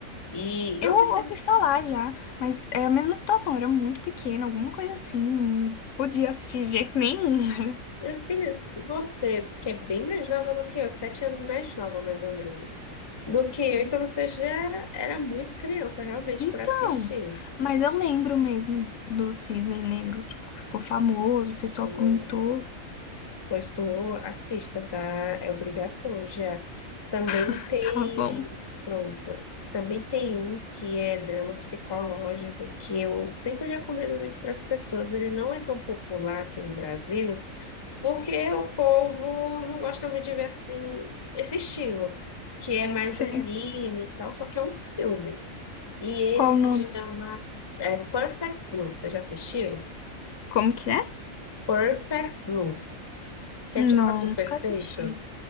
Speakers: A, on the left; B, on the left.
A: E
B: Eu
A: não sei se.
B: ouvi falar já, mas é a mesma situação. Eu era muito pequena, alguma coisa assim. Não podia assistir de jeito nenhum.
A: Minha filha, se você, que é bem mais nova do que eu, sete anos mais nova, mais ou menos, do que eu, então você já era muito criança, realmente,
B: Então,
A: para assistir.
B: mas eu lembro mesmo do Cisne Negro. Tipo, ficou famoso, o pessoal
A: Oi.
B: comentou.
A: Pois tu assista, tá? É obrigação já. Também
B: <laughs>
A: tem.
B: Tá bom.
A: Pronto. Também tem um que é drama psicológico, que eu sempre recomendo muito para as pessoas. Ele não é tão popular aqui no Brasil, porque o povo não gosta muito de ver assim, esse estilo, que é mais
B: Sei.
A: anime e tal, só que é um filme. E ele
B: Qual o
A: se
B: nome?
A: chama é, Perfect Blue. Você já assistiu?
B: Como que é?
A: Perfect Blue, que
B: Não,
A: é tipo azul
B: nunca
A: perfeito.
B: assisti.